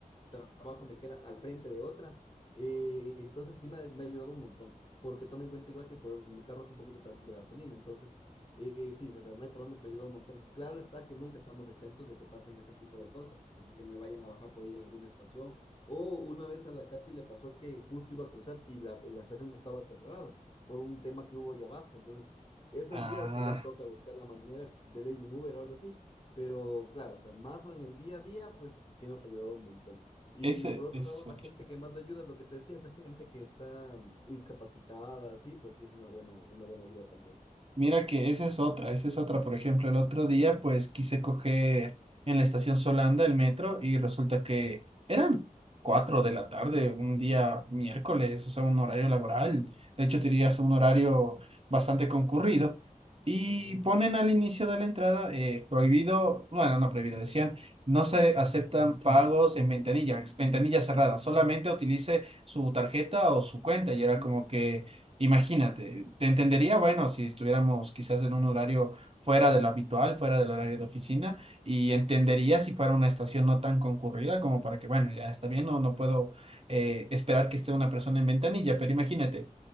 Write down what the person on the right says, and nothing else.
Ah,
ese,
ese
es otro.
Mira que esa es otra, esa es otra. Por ejemplo, el otro día pues quise coger en la estación Solanda el metro y resulta que eran cuatro de la tarde, un día miércoles, o sea, un horario laboral. De hecho, tenía
hasta un horario bastante concurrido. Y
ponen al inicio de la entrada eh, prohibido, bueno, no prohibido, decían, no se aceptan pagos en ventanilla, ventanilla cerrada,
solamente utilice su tarjeta o su cuenta. Y
era como que... Imagínate, te entendería, bueno, si estuviéramos quizás en un horario fuera de lo habitual, fuera del horario de oficina, y entendería si fuera una estación no tan concurrida como para que, bueno, ya está bien, no, no puedo eh, esperar que esté una persona en ventanilla, pero imagínate,